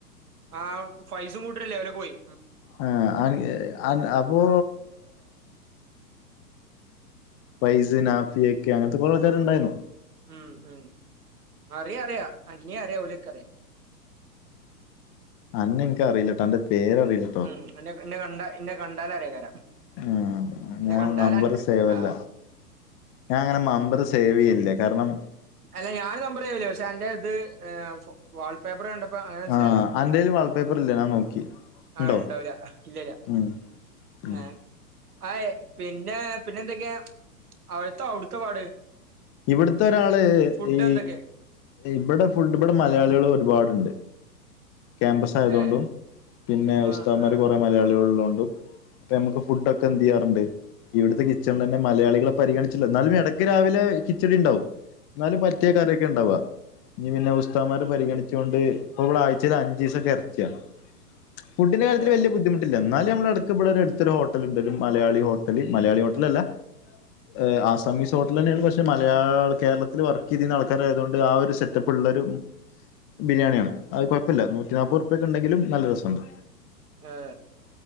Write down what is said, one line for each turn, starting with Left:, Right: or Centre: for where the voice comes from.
Right: ആ ഫൈസും കൂട്ടല്ലേ അവലൊക്കെ പോയി
Left: ആഹ അയി അ അപ്പോ ഫൈസൻ ആഫിയക്കെ അങ്ങനത്തെ കുറെ ആൾക്കാർ ഉണ്ടായിരുന്നു
Right: ഉം ഉം അറിയ അറിയാം അനിയെ അറിയ ഓലൊക്കെ അറിയാം
Left: അന്ന എനക്കറിയില്ലട്ടോ അന്റെ പേരറിയില്ല
Right: ഉം എന്നെ എന്നെ കണ്ട എന്നന്നെ കണ്ടാലും അറിയ രാം
Left: ആഹ്
Right: എന്നെ
Left: ഞാൻ
Right: കണ്ടാലനക്
Left: നമ്പർ സേവല്ല
Right: ആ <inaudible>
Left: ഞാൻ അങ്ങനെ നമ്പർ സേവ് ചെയ്യലില്ല കാരണം
Right: അല്ല ഞാൻ നമ്പർ ചെയൂല പക്ഷെ എന്റെ ഇത് വാൾപേപ്പർ കണ്ടപ്പ അങ്ങനെ മനസിലായതാ
Left: ആഹ് അന്റേൽ വാൾപേപ്പർ ഇല്ല ഞാൻ നോക്കി
Right: ആഹ
Left: ഉണ്ടോ
Right: ഉണ്ടാവൂല ഇല്ലല്ല
Left: ഉം ഉം
Right: എഹ് ഏ ആയി പിന്നെ പിന്നെ എന്തൊക്കെയാ അവിടുത്തെ അവിടുത്തെ പാട്
Left: ഇവിടത്തെ ഒരാള്
Right: ഫുഡ്
Left: ഈ
Right: എന്തൊക്കെ
Left: ഇവിടെ ഫുഡ് ഇവിടെ മലയാളികൾ ഒരുപാടുണ്ട് ക്യാമ്പസ് ആയതോണ്ടും
Right: ഏഹ്
Left: പിന്നെ
Right: ആഹ്
Left: ഉസ്താമ്മാര്
Right: ആഹ്
Left: കൊറെ മലയാളികള് ഉള്ളോണ്ടും അപ്പ നമുക്ക് ഫുഡൊക്കെ എന്ത് ചെയ്യാറുണ്ട് ഇവിടുത്തെ കിച്ചണ്ന്നെ മലയാളികളെ പരിഗണിച്ചില്ല എന്നാലും എടക്ക് രാവിലെ കിച്ചടി ഇണ്ടാവും എന്നാലും പറ്റിയ കറിയൊക്കെ ഇണ്ടാവാ ഇനി പിന്നെ ഉസ്താദ്മാരെ പരിഗണിച്ചുകൊണ്ട് ഇപ്പൊ ഇവിടെ ആഴ്ച്ചയിൽ അഞ്ചിസൊക്കെ ഇറച്ചിയാ ഫുഡിന്റെ കാര്യത്തില്
Right: ഏഹ്
Left: വല്ല്യ ബുദ്ധിമു ത്ത്ല്ല. ന്നാലും അമ്മളടക്ക് ഇവ്ടെ ഒരു അട്ത്തൊര് ഹോട്ടല്ണ്ട്. ഒര് മലയാളി ഹോട്ടല്. മലയാളി ഹോട്ടല് അല്ല. ഏ, ആസമീസ് ഹോട്ടലന്നേണ് ഫസ് ക്ഷെ മലയാള കേരളത്തില് വർക്ക് ചെയ്തിരുന്ന ആൾക്കാരെതൊണ്ട് ആ ഒരു സെറ്റപ്പ്ള്ളരു ബിരിയാണിയാണ്. അത് കൊഴപ്പല്ല. നൂറ്റിനാപ്പത് റുപ്പിയ ക്കണ്ടെങ്കിലും നല്ല രസണ്ട്.
Right: ഏ,